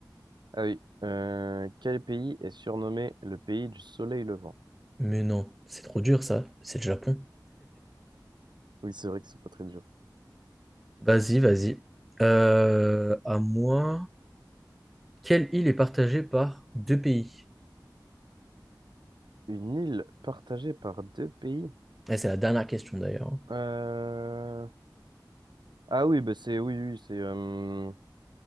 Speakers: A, on the right; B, in the centre.
A: Ah oui. Euh, quel pays est surnommé le pays du soleil levant?
B: Mais non, c'est trop dur, ça. C'est le Japon.
A: Oui, c'est vrai que c'est pas très dur.
B: Vas-y, vas-y. Euh, à moi, quelle île est partagée par deux pays?
A: Une île partagée par deux pays?
B: Ouais, c'est la dernière question, d'ailleurs. hein.
A: Euh, Ah oui, bah c'est oui, oui, c'est euh,